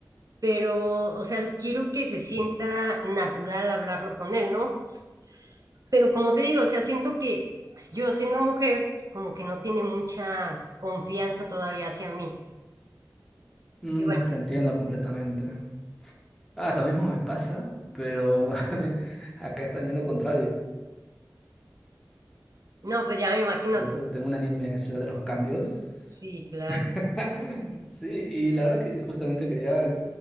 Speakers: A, on the right; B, in the centre.
A: pero, o sea, quiero que se sienta natural hablarlo con él, ¿no? S- Pero como te digo, o sea, siento que yo siendo mujer, como que no tiene mucha confianza todavía hacia mí.
B: Mm,
A: Y bueno,
B: te entiendo completamente. Ah, lo mismo me pasa, pero <laughs> acá es también lo contrario.
A: no, pues ya me imagino
B: Yo
A: tú.
B: tengo una niña en necesidad de los cambios.
A: Sí, claro.
B: <laughs> Sí, y la verdad que justamente quería